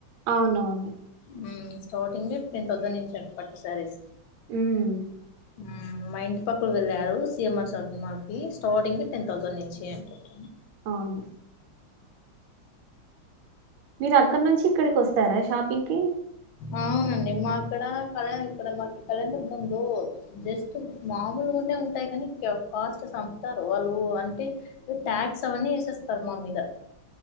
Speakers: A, on the right; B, on the left.
A: అవునవును
B: మ్ స్టార్టింగే టెన్ థౌసండ్ నుంచాట పట్టు శారీస్
A: మ్
B: మ్ మా ఇంటి పక్కొల్లు వెళ్ళారు సిీఎంఆర్ షాపింగ్ మాల్ కి స్టార్టింగ్ టెన్ థౌసండ్ నుంచి అని చెప్
A: అవును మీరు అక్కడనుంచి ఇక్కడికోస్తారా షాపింగ్ కి
B: అవునండి మకడ కళ్యా ఇక్కడ మాకి కళ్యాణ దర్గంలో జస్ట్ మామూలుగా ే ఉంటాయి కాని కాస్ట్ చంపుతారు వాళ్ళు అంటే టాక్స్ అవన్నీ వేసేస్తారు మా మీద అ